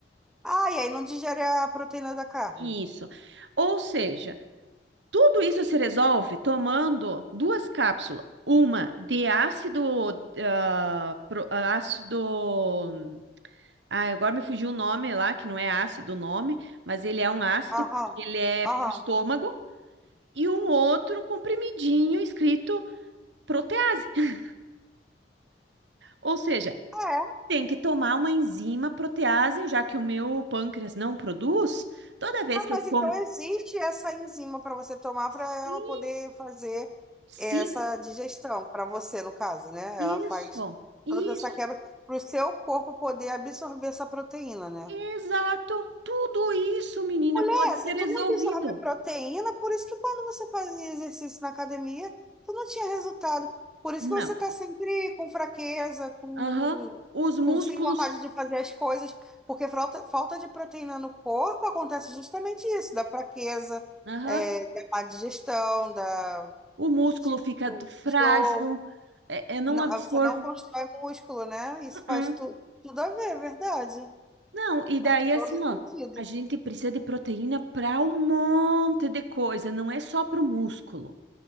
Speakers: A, in the centre; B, on the right.
A: Ah, e aí não digere a proteína da carne.
B: Isso. Ou seja, tudo isso se resolve tomando duas cápsulas, uma de ácido, ah, pro- ah, ácido, ah, agora me fugiu o nome lá, que não é ácido o nome, mas ele é um ácido,
A: Aham,
B: ele é
A: aham.
B: pro estômago, e um outro comprimidinho escrito protease. <laughs> Ou seja,
A: É,
B: Tem que tomar uma enzima protease, já que o meu pâncreas não produz. Toda vez
A: Ah,
B: que
A: mas
B: eu como.
A: então existe essa enzima para você tomar
B: Sim,
A: para ela poder fazer
B: sim,
A: essa digestão, para você, no caso, né?
B: isso,
A: Ela faz
B: isso,
A: toda essa quebra para o seu corpo poder absorver essa proteína, né?
B: exato. Tudo isso, menina,
A: Mulher,
B: pode
A: se
B: ser
A: tu
B: resolvido.
A: não absorve proteína, por isso que quando você fazia exercício na academia, tu não tinha resultado. Por isso
B: Não.
A: que você tá sempre com fraqueza, com,
B: Aham. Os músculos.
A: com sem vontade de fazer as coisas, porque falta, falta de proteína no corpo acontece justamente isso, da fraqueza,
B: Aham.
A: é, da má digestão, da,
B: O músculo
A: tipo,
B: fica frágil.
A: enjoo.
B: É, eu não
A: Não,
B: absorvo.
A: você não constrói músculo, né? Isso
B: Uh-uh.
A: faz tu, tudo a ver, é verdade.
B: Não, e daí
A: Faz
B: assim,
A: todo
B: ó.
A: sentido.
B: A gente precisa de proteína para um monte de coisa, não é só para o músculo.